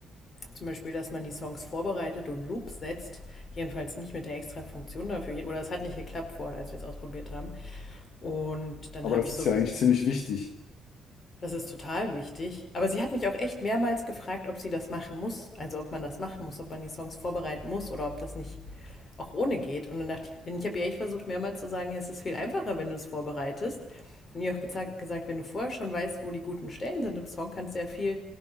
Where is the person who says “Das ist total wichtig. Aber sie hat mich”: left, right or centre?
Left